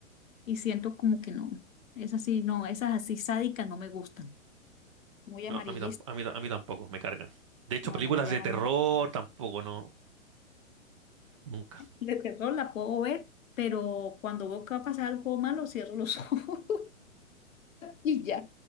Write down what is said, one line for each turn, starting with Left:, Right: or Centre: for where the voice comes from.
Left: Y siento como que no, es así, no, esas así sádicas no me gustan, muy amarillistas,
Right: No, a mí, tamp- a mí, ta- a mí tampoco, me cargan. De hecho,
Left: no,
Right: películas
Left: no me llama
Right: de terror
Left: mucho.
Right: tampoco, no, nunca.
Left: De terror la puedo ver, pero cuando veo que va a pasar algo malo, cierro los ojos <laughs> y ya.